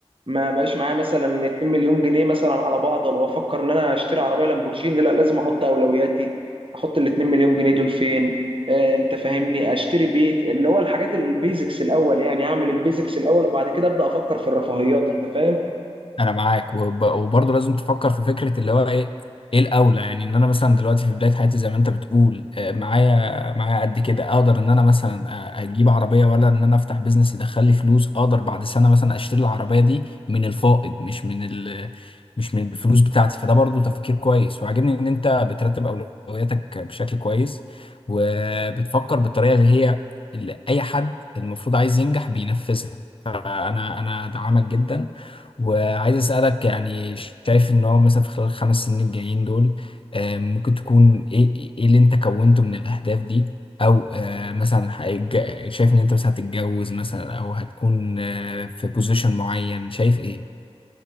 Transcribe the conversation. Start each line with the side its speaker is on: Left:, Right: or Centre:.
Right: ما بقاش معايا مثلا 2 مليون جنيه مثلا على بعض وابقى بفكر ان انا اشتري عربيه لامبورجيني لا لازم احط اولوياتي احط ال 2 مليون جنيه دول فين آه انت فاهمني اشتري بيت اللي هو الحاجات البيزكس الاول يعني اعمل البيزكس الاول وبعد كده ابدا افكر في الرفاهيات انت فاهم
Left: انا معاك وب... وبرضه لازم تفكر في فكره اللي هو ايه ايه الاولى يعني ان انا مثلا دلوقتي في بدايه حياتي زي ما انت بتقول آه، معايا معايا قد كده اقدر ان انا مثلا آه، اجيب عربيه ولا ان انا افتح بيزنس يدخل لي فلوس اقدر بعد سنه مثلا اشتري العربيه دي من الفائض مش من ال... مش من الفلوس بتاعتي فده برضه تفكير كويس وعاجبني ان انت بترتب اولوياتك بشكل كويس وبتفكر بالطريقه اللي هي اللي اي حد المفروض عايز ينجح بينفذها فانا انا دعمك جدا وعايز أسألك يعني شايف إن هو مثلا في خلال الخمس سنين الجايين دول آه، ممكن تكون إيه إيه اللي أنت كونته من الأهداف دي أو آه، مثلا هيتج- شايف إن أنت مثلا هتتجوز مثلا أو هتكون آه، في بوزيشن معين شايف إيه؟